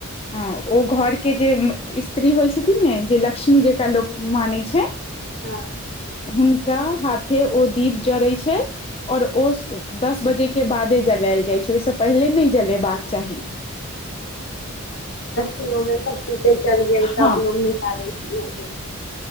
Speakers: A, on the left; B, on the left.
A: हँ ओ घर के जे स्त्री होइ छथिन ने जे लक्ष्मी जेकरा लोक मानै छै
B: हँ
A: हुनका हाथे ओ दीप जड़ै छै आओर ओ दस बजे के बादे जलायल जाइ छै ओहिसँ पहिले नहि जलेबाक चाही
B: नौ बजे सब सुते चल गेल
A: हँ
B: तब लोग निकाले छै न इ दीप